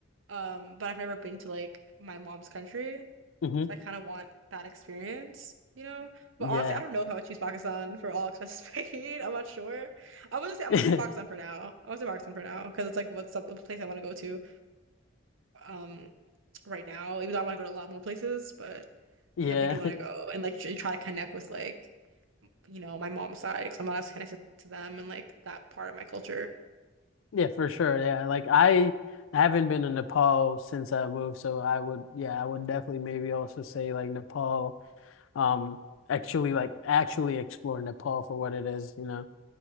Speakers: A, on the right (about 75°); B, on the left (about 75°).
A: um but I've never been to like my mom's country
B: Mm-hmm.
A: so I kind of want that experience you know but
B: Yeah.
A: honestly I don't know if I would choose Pakistan for all expenses <laughs> paid I'm not sure I would just say I'm
B: <laughs>
A: gonna say Pakistan for now I would say Pakistan for now because it's like what's up the place I want to go to um right now, even though I want to go to a lot more places, but
B: Yeah.
A: I definitely do want
B: <laughs>
A: to go and like tr- try to connect with like, you know, my mom's side because I'm not as connected to them and like that part of my culture.
B: Yeah, for sure. Yeah. Like I haven't been to Nepal since I moved, so I would yeah, I would definitely maybe also say like Nepal, um, actually like actually explore Nepal for what it is, you know.